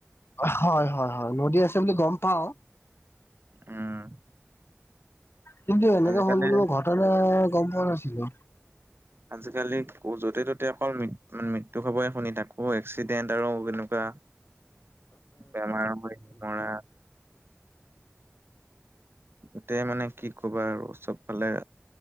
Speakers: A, on the left; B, on the right.
A: হয় হয় হয় নদী আছে বুলি গম পাওঁ।
B: উম
A: কিন্তু এনেকে
B: আজিকালি
A: হ'ল বুলি মই ঘটনা গম পোৱা নাছিলো।
B: আজিকালি য'তে ত'তে অকল ম মৃত্যু খবৰে শুনি থাক- অ এক্সিডেণ্ট আৰু তেনেকুৱা বেমাৰ হৈ মৰা এইটোৱে মানে কি কবা আৰু চবফালে